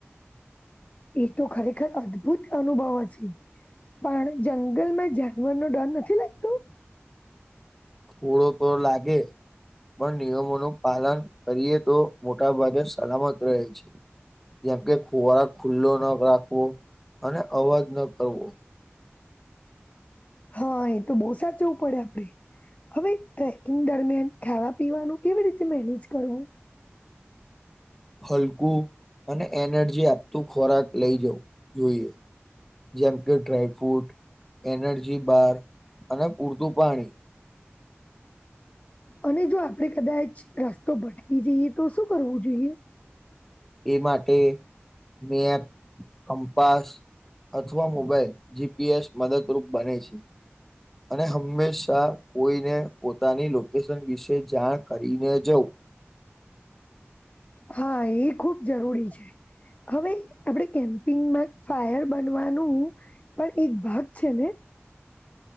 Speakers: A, on the left; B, in the centre.
A: એતો ખરેખર અદ્ભુત અનુભવ હશે. પણ જંગલમાં જાનવરનો ડર નથી લાગતો.
B: થોડો તો લાગે પણ નિયમોનું પાલન કરીએ તો મોટા ભાગે સલામત રહે છે. જેમ કે ખોરાક ખુલ્લો ન રાખવો અને અવાજ ન કરવો.
A: હા એતો બહુ સાચવું પડે <unintelligible> હવે ટ્રેકિંગ દરમિયાન ખાવા પીવાનું કેવી રીતે મેનેજ કરવું.
B: હલકું અને એનર્જી આપતું ખોરાક લઈ જવુ જોઈએ. જેમ કે ડ્રાયફ્રૂટ એનર્જી બાર અને પૂરતું પાણી.
A: અને જો આપડે કદાચ રસ્તો ભટકી જઈએ તો શું કરવું જોઈએ.
B: એ માટે મેં એક કંપાસ અથવા મોબાાઈલ જીપીએસ મદદરૂપ બને છે. અને હંમેશા કોઈને પોતાની લોકેશન વિશે જાણ કરીને જવુ.
A: હા એ ખુબ જરૂરી છે. હવે આપણેે કેમ્પિંગમાં ફાયર બનવાનું પણ એક ભાગ છે ને